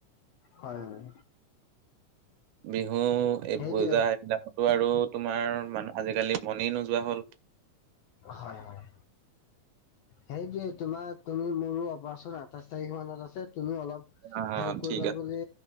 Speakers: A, on the left (about 75°); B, on the right (about 75°).
A: হয়-হয়।
B: বিহু এই
A: সেইটোৱে
B: পূজা এইবিলাকতো আৰু তোমাৰ মানো আজিকালি মনেই নোযোৱা হ'ল।
A: হয়-হয় সেইটোৱে তোমাক তুমি মোৰো অপাৰেচন আঠাইশ তাৰিখ মানত আছে তুমি অলপ
B: অ
A: হেল্প কৰিবা
B: ঠিক আছে
A: বুলি